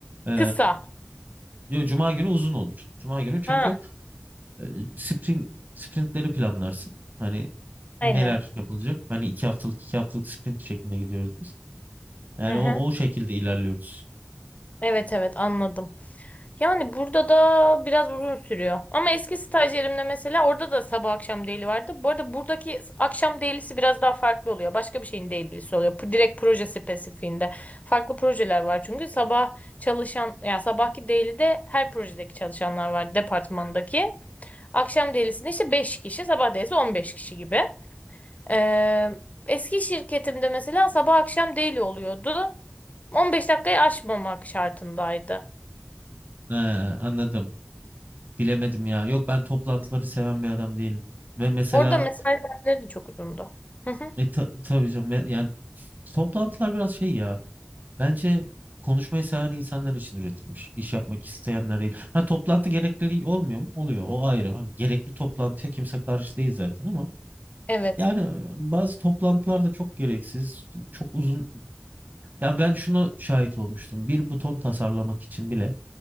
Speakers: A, on the right; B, on the left.
A: Ee,
B: Kısa.
A: ya Cuma günü uzun olur. Cuma günü çünkü
B: Ha,
A: e, sprint, sprintleri planlarsın. Hani
B: aynen.
A: neler yapılacak? Hani iki haftalık iki haftalık sprint şeklinde gidiyoruz biz. Yani
B: Hı hı.
A: o, o şekilde ilerliyoruz.
B: Evet evet anladım. Yani burada da biraz uzun sürüyor. Ama eski stajyerimde mesela orada da sabah akşam daily vardı. Bu arada buradaki akşam daily'si biraz daha farklı oluyor. Başka bir şeyin daily'si oluyor. Pu- Direkt proje spesifiğinde. Farklı projeler var çünkü sabah çalışan ya sabahki daily'de her projedeki çalışanlar var departmandaki. Akşam daily'sinde işte 5 kişi, sabah daily'si 15 kişi gibi. Ee, eski şirketimde mesela sabah akşam daily oluyordu. 15 dakikayı aşmamak şartındaydı.
A: He, anladım. Bilemedim ya. Yok ben toplantıları seven bir adam değilim. Ve mesela
B: Orada mesai saatleri de çok uzundu. Hı hı.
A: e, ta- tabii canım me- yani toplantılar biraz şey ya. Bence konuşmayı seven insanlar için üretilmiş. İş yapmak isteyenler değil. Ha toplantı gerekli olmuyor mu? Oluyor. O ayrı. Hani gerekli toplantıya kimse karşı değil zaten ama
B: Evet.
A: yani bazı toplantılar da çok gereksiz, çok uzun. Ya ben şuna şahit olmuştum. Bir buton tasarlamak için bile